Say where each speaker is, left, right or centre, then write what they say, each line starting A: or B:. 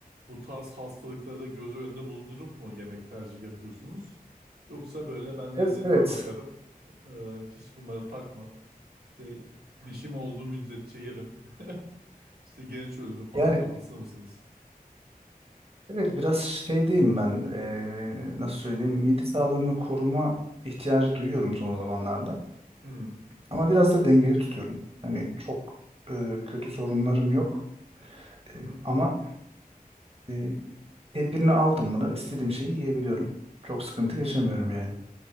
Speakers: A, on the right (about 85°); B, on the right (about 40°).
A: Bu tarz hastalıkları da göz önünde bulundurup mu yemek tercihi yapıyorsunuz? Yoksa böyle ben
B: Ev-
A: lezzetime
B: evet.
A: bakarım. E, hiç bunları takmam. İşte dişim olduğu müddetçe yerim. <laughs> İşte genç ölürüm falan
B: Yani
A: kafasında mısınız?
B: Evet biraz şeydeyim ben eee, nasıl söyleyeyim mide sağlığını koruma ihtiyacı duyuyorum son zamanlarda
A: Hı
B: ama biraz da dengeli tutuyorum. Hani çok eee, kötü sorunlarım yok
A: hı
B: Eee,
A: hı.
B: ama eee, tedbirini aldım mı da istediğim şeyi yiyebiliyorum. Çok sıkıntı yaşamıyorum yani.